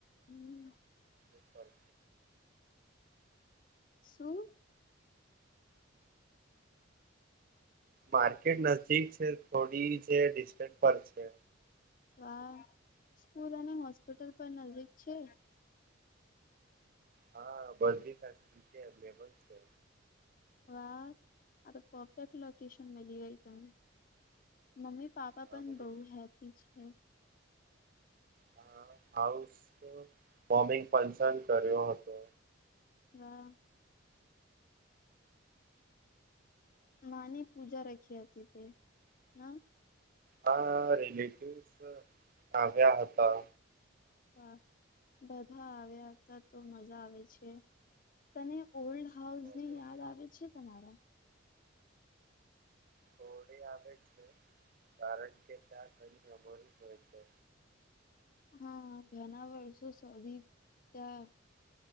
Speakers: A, on the left; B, on the right.
A: હમ્મ
B: ઉપપાર
A: સું
B: માર્કેટ નજીક છે થોડી જે ડિસ્ટન્સ પર છે
A: વા સ્કૂલ અને હોસ્પિટલ પણ નજીક છે
B: હા બધી ફેસલટી અવેલેબલ છે
A: વાહ આ તો પરફેક્ટ લોકેશન મળી ગઈ તને મમ્મી પાપા
B: હા
A: પણ
B: મમ્મી
A: બઉુ હેપી છે
B: હ હાઉસ ફોમિંગ પંસન કર્યો હતો
A: હા નાની પૂજા રાખી હતી તે હ
B: હા રિલેટિવ આવ્યા હતા
A: હ બધા આવ્યા હતા તો મજા આવે છે તને ઓલ્ડ હાઉસ ને
B: બરોબર.
A: યાદ આવે છે સુના
B: થડે આવે છે કારણ કે ત્યાં ઘણી મેબોરી હોય છે
A: હા ઘણા વર્ષો સધી ત્યાં